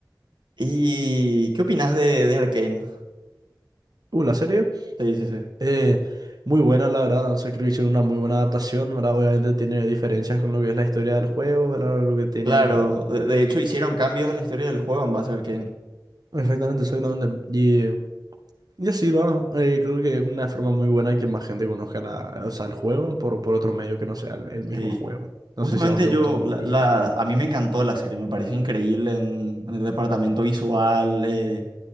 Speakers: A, on the right (about 85°); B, on the right (about 60°).
A: ¿Y qué opinas de, de Arcane?
B: Uh, la serie,
A: Sí, sí, sí.
B: eh, muy buena, la verdad. O sea, creo que hicieron una muy buena adaptación, ¿verdad? Obviamente tiene diferencias con lo que es la historia del juego, ¿verdad? Lo que tenían.
A: Claro,
B: ¿no?
A: de, de hecho hicieron cambios a la historia del juego en base a Arcane.
B: Exactamente, exactamente. Y, y así, ¿verdad? Eh, creo que es una forma muy buena que más gente conozca la, o sea, el juego por, por otro medio que no sea el, el mismo
A: Sí.
B: juego. No
A: Justamente
B: sé si a vos te
A: yo,
B: gustó,
A: la,
B: ¿viste?
A: la- a mí me encantó la serie, me pareció increíble en, en el departamento visual, eh,